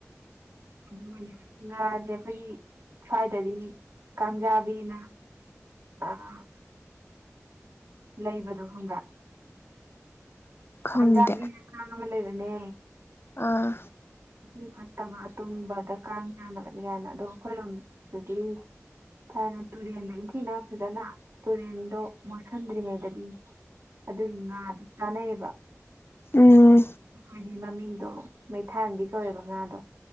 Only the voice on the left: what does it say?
ꯈꯪꯗꯦ
ꯑꯥ
ꯎꯝ